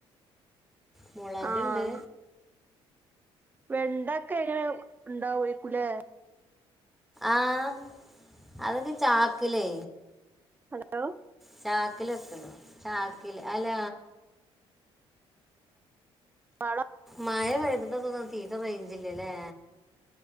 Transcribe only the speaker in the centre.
മുളക്
ഉണ്ട്
ആഹ് അതൊക്കെചാക്കിലേ
ചാക്കില് വെക്കുന്നു ചാക്കില് അല്ല
മഴ പെയതിട്ടൊന്ന തീരെ റെയിഞ്ചില്ലേല്ലേ